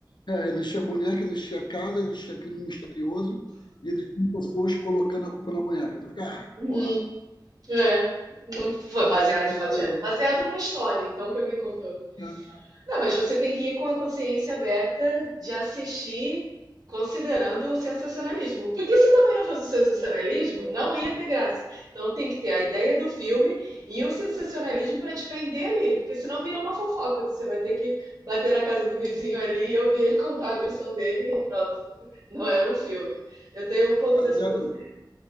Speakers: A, on the left; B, on the right.
A: é, existia boneca, existia casa, existia crime misterioso, e existiam pessoas colocando a culpa na boneca. Tu fica, ah,
B: Uhum.
A: porra,
B: É. Foi
A: valeu.
B: baseado em fatos reais. Baseado numa história, então, que alguém contou.
A: né?
B: Não, mas você tem que ir com a consciência aberta de assistir considerando o sensacionalismo. Porque se também não fosse o sensacionalismo, não ia ter graça. Então tem que ter a ideia do filme e o sensacionalismo para te prender ali, porque senão vira uma fofoca. Você vai ter que bater na casa do vizinho ali e ouvir ele contar a versão dele e pronto. <laughs> Não era um filme. Eu tenho um pouco
A: Baseado,
B: dessa consciência.